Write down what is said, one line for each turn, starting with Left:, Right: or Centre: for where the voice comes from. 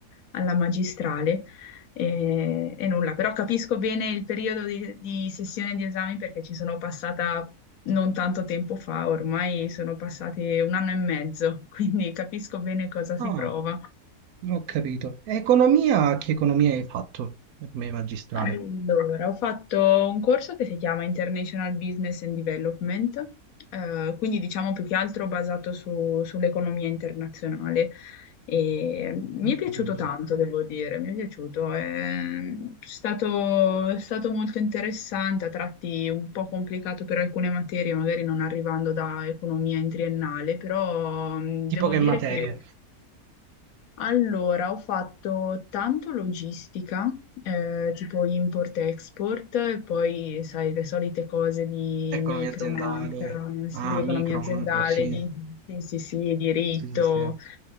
Left: alla magistrale e, e nulla, però capisco bene il periodo di, di sessione di esami perché ci sono passata non tanto tempo fa, ormai sono passati un anno e mezzo, <laughs> quindi capisco bene cosa si
Right: Ah,
Left: prova.
Right: ho capito. E Economia, che economia hai fatto per me magistrale?
Left: Allora, ho fatto un corso che si chiama International Business and Development, eh, quindi diciamo più che altro basato su- sull'economia internazionale. E mi
Right: Ho
Left: è piaciuto
Right: capito.
Left: tanto, devo dire, mi è piaciuto. È stato, è stato molto interessante, a tratti un po' complicato per alcune materie, magari non arrivando da economia in triennale, però mm,
Right: Tipo
Left: devo
Right: che
Left: dire
Right: materie?
Left: che... Allora, ho fatto tanto logistica, eh, tipo import-export, e poi, sai, le solite cose di
Right: Economia
Left: micro,
Right: aziendale,
Left: macro, sì,
Right: ah,
Left: economia
Right: micro,
Left: aziendale,
Right: macro, sì.
Left: di, sì, sì, sì, diritto,
Right: Sì, sì, sì.